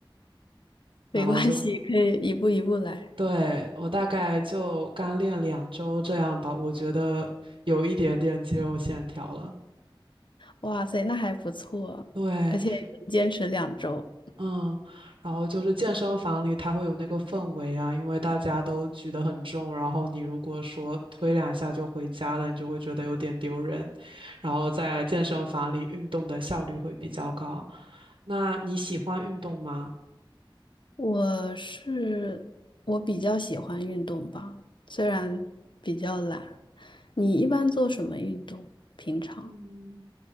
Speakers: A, on the left (about 60°); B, on the right (about 70°).
A: 没关系，
B: 然后就，
A: 可以一步一步来。
B: 对，我大概就刚练两周这样吧，我觉得有一点点肌肉线条了。
A: 哇塞，那还不错，
B: 对，
A: 而且能坚持两周。
B: 嗯，然后就是健身房里它会有那个氛围啊，因为大家都举得很重，然后你如果说推两下就回家了，你就会觉得有点丢人。然后在健身房里运动的效率会比较高。那你喜欢运动吗？
A: 我是我比较喜欢运动吧，虽然比较懒。你一般做什么运动？
B: 嗯
A: 平常？
B: 嗯，